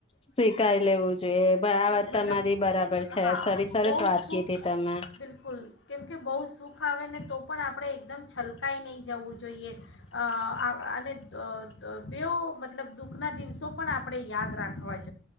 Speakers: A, on the left; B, on the left.
A: સ્વીકારી લેવું જોઈએ પણ આ વાત
B: મતલબ
A: તમારી બરાબર
B: હા
A: છે સરરી સરસ
B: બહુ
A: વાત
B: સુખ
A: કીધી તમે.
B: બિલકુલ કેમકે બહુ સુખ આવે ને તો પણ આપણે એકદમ છલકાઈ નહી જવું જોઈએ, અઅને બે મતલબ દુઃખના દિવસો પણ આપણે યાદ રાખવા જોઈએ.